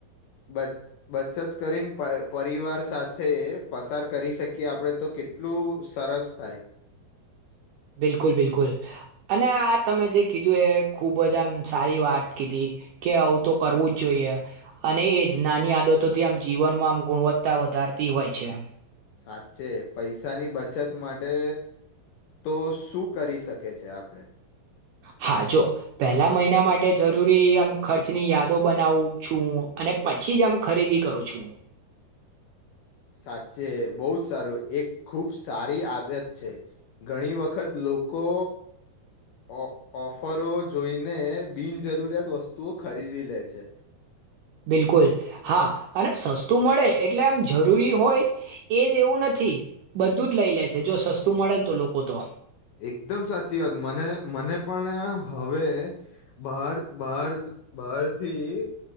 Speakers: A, on the left; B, on the right.
A: બચ બચત કરીને પ પરિવાર સાથે પસાર કરી શકે. કે આપડે તો કેટલું સરસ થાય.
B: બિલકુલ બિલકુલ અને આ તમે જે કીધું એ ખૂબ જ આમ સારી વાત કીધી કે આવું તો કરવું જ જોઈએ. અને એ જ નાની આદતોથી આમ જીવનમાં આમ ગુણવત્તા વધારતી હોય છે.
A: સાચે પૈસાની બચત માટે તો શું કરી શકે છે આપડે?
B: હા, જો પેહલા મહિના માટે જરૂરી આમ ખર્ચની યાદો બનાવું છું. અને પછી જ આમ ખરીદી કરું છું હુ.
A: સાચે બહુ જ સારું એક ખુબ સારી આદત છે. ઘણી વખત લોકો ઓ ઓફરો જોઈને બિનજરૂરિયાત વસ્તુઓ ખરીદી લે છે.
B: બિલકુલ. હા અને સસ્તું મળે એટલે આમ જરૂરી હોય એજ એવું નથી. બધું જ લઈ લે છે. જો સસ્તું મળે ન તો લોકો તો
A: એકદમ સાચી વાત મને મને પણ હવે બહાર બહાર બહારથી